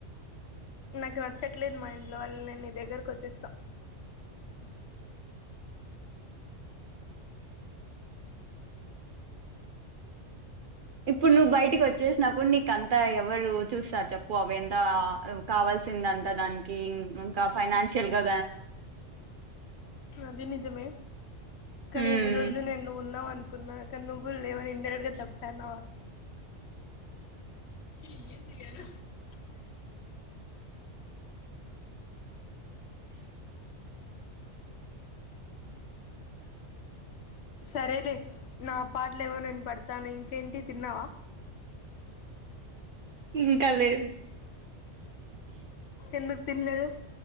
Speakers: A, on the left (about 65°); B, on the right (about 55°).
A: నాకు నచ్చట్లేదు మా ఇంట్లో వాళ్ళు నేను నీ దగ్గరకు వచ్చేస్తా
B: ఇప్పుడు నువ్వు బయటికి వచ్చేసినప్పుడు నీకు అంతా ఎవరు చూస్తారు చెప్పు అవి ఎంతా కా కాల్సిందంత దానికి ఇంకా ఫైనాన్షియల్ గా
A: అది నిజమే కానీ
B: ఉమ్
A: ఇన్ని రోజులు నేను నువ్వు ఉన్నావు అనుకున్నా కానీ నువ్వు లేవని ఇండైరెక్ట్ గా చెప్తాన్నావా <unintelligible> సరేలే నా పాట్లు లేవో నేను పడుతా తాను ఇంకేంటి తిన్నావా
B: ఇంకా లేదు
A: ఎందు తిలేదు